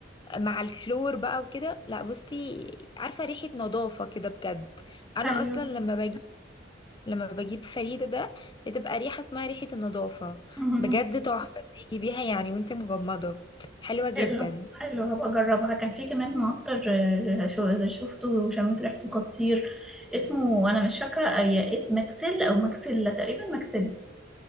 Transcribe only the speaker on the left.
مع الكلور بقى وكده لا بصي عارفة ريحة نظافة كده بجد أنا
أصلا لما بجيب لما بجيب فريدة ده بتبقى ريحة اسمها ريحة النظافة
بجد تحفة تيجي بيها يعني وانت مغمضة حلوة جدا